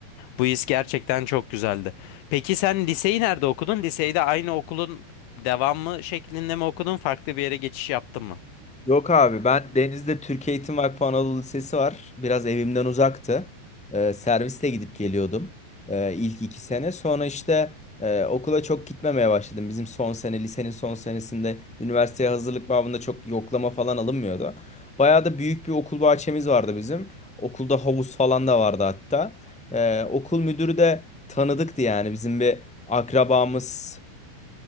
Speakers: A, on the left (about 80°); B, in the centre.
A: Bu his gerçekten çok güzeldi. Peki sen liseyi nerede okudun? Liseyi de aynı okulun devamı şeklinde mi okudun? Farklı bir yere geçiş yaptın mı?
B: Yok abi ben Deniz'de Türk Eğitim Vakfı Anadolu Lisesi var. Biraz evimden uzaktı. Ee, servisle gidip geliyordum ee, ilk iki sene. Sonra işte e, okula çok gitmemeye başladım. Bizim son sene lisenin son senesinde üniversiteye hazırlık babında çok yoklama falan alınmıyordu. Bayağı da büyük bir okul bahçemiz vardı bizim. Okulda havuz falan da vardı hatta. Ee, okul müdürü de tanıdıktı yani bizim bir akrabamız